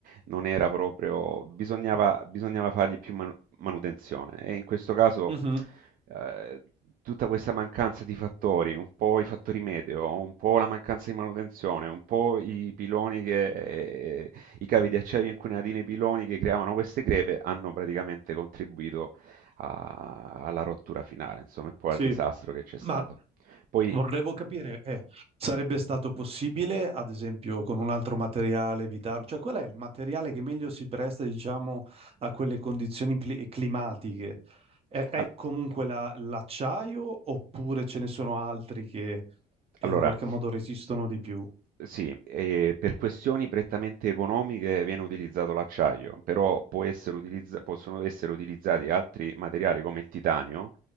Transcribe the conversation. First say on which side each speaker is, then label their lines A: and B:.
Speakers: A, on the right; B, on the right.
A: non era proprio, bisognava, bisognava fargli più, man- manutenzione. E in questo caso
B: Mhm.
A: eh, tutta questa mancanza di fattori, un po' i fattori meteo, un po' la mancanza di manutenzione, un po' i piloni che, eh, i cavi di acciaio incunati nei piloni che creavano queste crepe hanno praticamente contribuito a- alla rottura finale, insomma, e poi
B: Sì,
A: al disastro che c'è stato.
B: ma
A: Poi,
B: vorrevo capire, eh, sarebbe stato possibile, ad esempio, con un altro materiale evitarlo? Cioè, qual è il materiale che meglio si presta, diciamo, a quelle condizioni pli- climatiche? È, è
A: al-
B: comunque la- l'acciaio oppure ce ne sono altri che eh,
A: allora,
B: in qualche modo resistono di più?
A: Sì, e per questioni prettamente economiche viene utilizzato l'acciaio, però può essere utilizza- possono essere utilizzati altri materiali come il titanio,